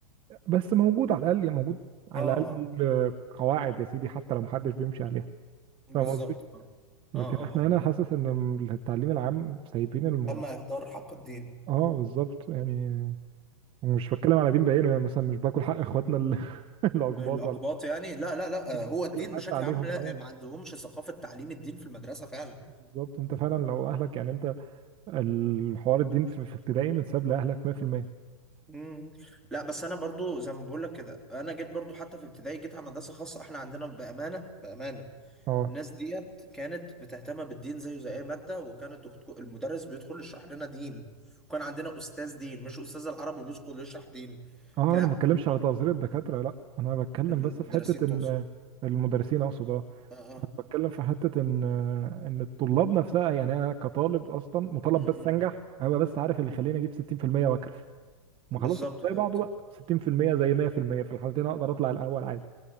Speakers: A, on the right; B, in the centre.
A: بس موجود على الاقل موجود على
B: اه
A: الاقل
B: اه
A: قواعد يا سيدي حتى لو محدش بيمشي عليها
B: بالظبط
A: فاهم قصدي
B: اه
A: لكن
B: اه
A: احنا
B: اه آه.
A: هنا حاسس ان التعليم العام سايبين الموضوع
B: تم اهدار حق الدين
A: اه بالظبط يعني مش بتكلم على دين بعينه يعني مثلا مش باكل حق اخواتنا ال- <laughs> الاقباط
B: الأقباط
A: ولا
B: يعني لا لا لا
A: بتكلم
B: آه، هو الدين
A: حتى
B: بشكل
A: عليهم
B: عام لا
A: اه
B: آه، ما عندهمش ثقافة تعليم الدين في المدرسة فعلا
A: بالظبط انت فعلا لو اهلك يعني انت الحوار الدين في في ابتدائي متساب لأهلك 100%
B: مم. لا بس أنا برضو زي ما بقول لك كده أنا جيت برضو حتى في ابتدائي جيت على مدرسة خاصة إحنا عندنا بأمانة بأمانة
A: اه
B: الناس ديت كانت بتهتم بالدين زيه زي أي مادة وكان الدكتور المدرس بيدخل يشرح لنا دين وكان عندنا أستاذ دين مش أستاذ العربي بيدخل يشرح دين
A: اه
B: لا
A: انا ما بتكلمش على تقصير الدكاترة لا انا بتكلم
B: المدرسين
A: بس في حتة ان
B: تقصد
A: المدرسين اقصد اه
B: اه اه
A: أنا بتكلم في حتة ان ان الطلاب نفسها يعني انا كطالب اصلا مطالب
B: مم، مم.
A: بس انجح هبقى بس عارف اللي يخليني اجيب 60% واكرف ما
B: بالظبط
A: خلاص
B: فهمت
A: زي بعضه بقى 60%
B: مم.
A: زي 100% في المية، في الحالتين اقدر اطلع الاول عادي